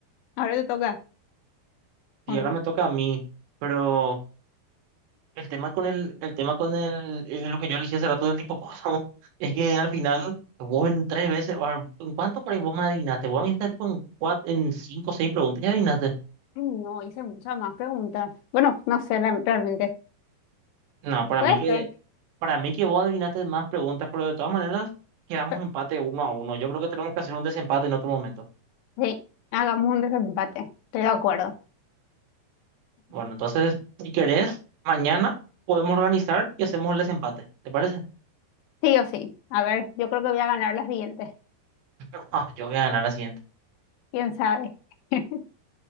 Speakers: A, on the left; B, on the right.
A: Ahora te toca,
B: Y
A: ¿o no?
B: ahora me toca a mí. Pero el tema con el, el tema con el, es lo que yo elegí hace rato del hipopótamo, <laughs> es que al final vos en tres veces, o sea, ¿en cuánto por ahí vos me adivinaste? Vos me adivinaste tipo en cuatro, en cinco o seis preguntas y adivinaste.
A: No, hice muchas más preguntas. Bueno, no sé re- realmente.
B: No, para
A: Puede
B: mí que
A: ser.
B: Para mí que vos adivinaste más preguntas, pero de todas maneras quedamos
A: Pe-
B: empate uno a uno. Yo creo que tenemos que hacer un desempate en otro momento.
A: Sí, hagamos un desempate. Estoy de acuerdo.
B: Bueno, entonces, si querés, mañana podemos organizar y hacemos el desempate. ¿Te parece?
A: Sí o sí. A ver, yo creo que voy a ganar las siguientes.
B: <laughs> Ah, Yo voy a ganar la siguiente.
A: ¿Quién sabe? <laughs>